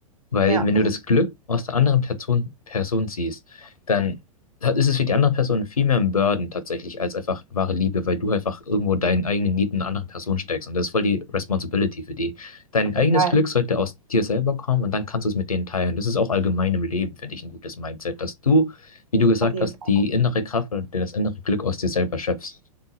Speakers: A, on the left; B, on the right.
A: weil
B: Ja,
A: wenn du das Glück aus der anderen Person, Person siehst, dann da ist es für die andere Person viel mehr ein Burden tatsächlich als einfach wahre Liebe, weil du einfach irgendwo deinen eigenen Need in einer anderen Person steckst und das ist voll die Responsibility für die. Dein
B: auf
A: eigenes
B: jeden Fall.
A: Glück sollte aus dir selber kommen und dann kannst du es mit denen teilen. Das ist auch allgemein im Leben, finde ich, ein gutes Mindset, dass du, wie du gesagt
B: Auf jeden
A: hast,
B: Fall.
A: die innere Kraft und das innere Glück aus dir selber schöpfst.